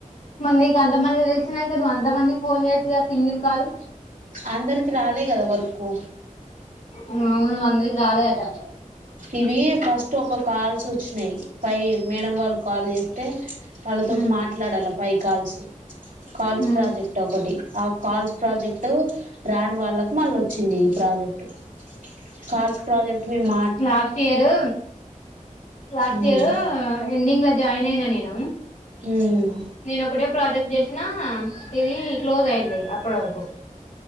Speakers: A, on the left; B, on the right.
A: మరి నీకు అంతమంది తెలిసినాక నువ్ అంత మంది ఫోన్ చేయచ్చు కదా సింగిల్ కాల్
B: అందరికి రాలే కదా వరకు
A: వును వందకి రాల గటా
B: ఇవి ఫస్ట్ ఒక కాల్స్ వచ్చినాయి ఫైవ్ మేడం వాళ్ళు కాల్ చేస్తే వాళ్ళతో
A: ఉమ్
B: మాట్లాడాల పైకాల్సు కాల్స్
A: ఉమ్
B: ప్రాజెక్ట్ ఒకటి ఆ కాల్స్ ప్రాజెక్ట్ రాని వాళ్ళకు మళ్ళ వచ్చింది ఈ ప్రాజెక్ట్ కాల్స్ ప్రాజెక్ట్ మ
A: లాస్ట్ ఇయరు లాస్ట్
B: మ్మ్
A: ఇయరు ఎన్నింగ్ లో జాయిన్ నేనా నేను
B: మ్మ్
A: నేను ఒకటే ప్రాజెక్ట్ చేసినా ఇది క్లోజ్ అయింది అప్పటి వరకు